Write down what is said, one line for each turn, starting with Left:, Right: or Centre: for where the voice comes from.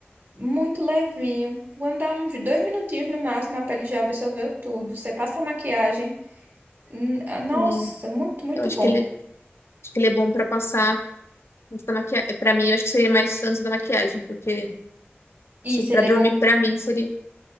Right: muito levinho. Quando dá uns dois minutinhos no máximo, a pele já absorveu tudo. Você passa a maquiagem. N- ah, Nossa,
Left: É.
Right: muito, muito
Left: Eu acho
Right: bom.
Left: que ele, acho que ele é bom pra passar antes da maquiagem. É, Pra mim, eu acho que seria mais antes da maquiagem, porque
Right: Isso,
Left: tipo, pra
Right: ele
Left: dormir,
Right: é bom.
Left: pra mim, seria.